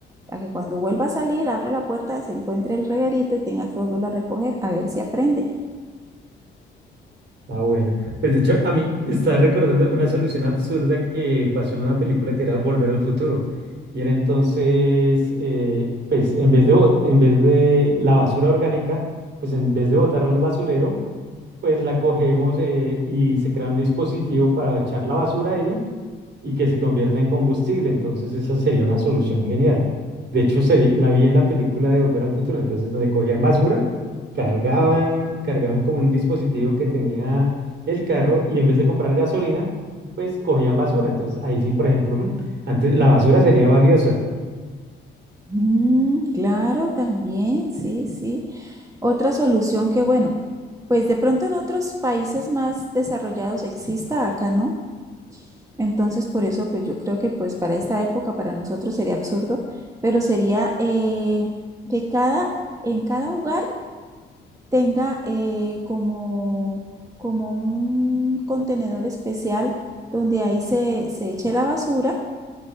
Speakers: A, on the right; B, on the right.
A: para que cuando vuelva a salir, abre la puerta, se encuentre el reguerito y tenga que volverlo a recoger a ver si aprende.
B: Ah, bueno. Pues de hecho, a mí estaba recordando una solución absurda que pasó en una película que era Volver al Futuro. Y era entonces, eh, pues en vez de, bo- en vez de la basura orgánica, pues en vez de botarla al basurero, pues la cogemos eh, y se crea un dispositivo para echar la basura ahí y que se convierta en combustible. Entonces esa sería una solución genial. De hecho, se vi- la vi en la película de Volver al Futuro, entonces donde cogían basura, cargaban, cargaban como un dispositivo que tenía el carro y en vez de comprar gasolina, pues cogían basura. Entonces ahí sí, por ejemplo, mm, antes la basura sería valiosa.
A: Mm, claro, también, sí, sí. Otra solución que, bueno, pues de pronto en otros países más desarrollados exista, acá no. Entonces, por eso, pues yo creo que pues para esta época, para nosotros sería absurdo, pero sería eh, que cada, en cada hogar tenga eh, como, como un contenedor especial donde ahí se, se eche la basura,